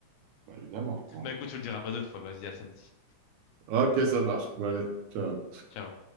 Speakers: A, on the right (about 75°); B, on the left (about 80°).
A: Bah, évidemment, attends.
B: Bah écoute, tu le diras pas deux fois. Vas-y, à samedi.
A: Ok, ça marche. Bon, allez, ciao.
B: Ciao.